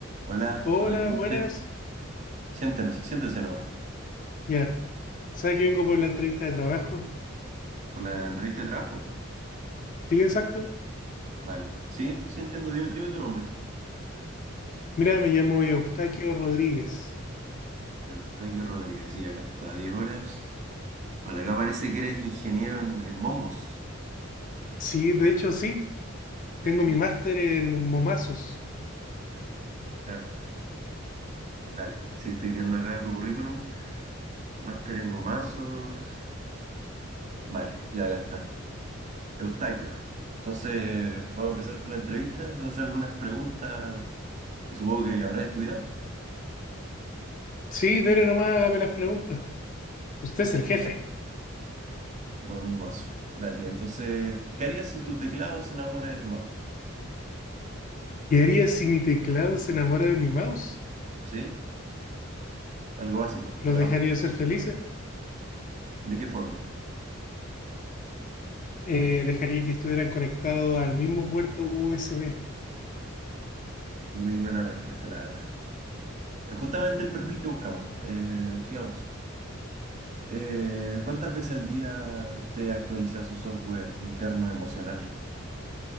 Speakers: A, on the right (about 35°); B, on the left (about 40°).
A: Hola,
B: Hola,
A: adelante.
B: buenas.
A: Siéntenos, siéntese nomás.
B: Ya, ¿sabes que vengo por la entrevista de trabajo?
A: ¿Por la entrevista de trabajo?
B: Sí, exacto.
A: Vale. Sí, sí entiendo. Dime, dime tu nombre.
B: Mira, me llamo Eustaquio Rodríguez.
A: Eustaquio Rodríguez. Sí, acá está. diez horas. Vale, acá parece que eres ingeniero en, en momos.
B: Sí, de hecho, sí. Tengo
A: Estudiante.
B: mi máster en momazos.
A: Claro. Dale. Sí, estoy viendo acá tu currículum. Máster en momazos. Vale, ya acá está. Eustaquio. Entonces, vamos a empezar con la entrevista. Entonces, algunas preguntas que supongo que habrás estudiado.
B: Sí, dele nomás, hágame las preguntas. Usted es el jefe.
A: Buen momazo. Dale, entonces, ¿qué harías si tu teclado se enamora de tu mouse?
B: ¿Qué haría si mi teclado se enamora de mi mouse?
A: ¿Sí? Algo básico,
B: ¿Los
A: por ahora.
B: dejaría ser felices?
A: ¿De qué forma?
B: Eh, ¿dejaría que estuvieran conectados al mismo puerto USB?
A: Muy buena respuesta, la verdad. Es justamente el perfil que buscamos. Eh, sigamos. Eh, ¿cuántas veces al día usted actualiza su software interno emocional?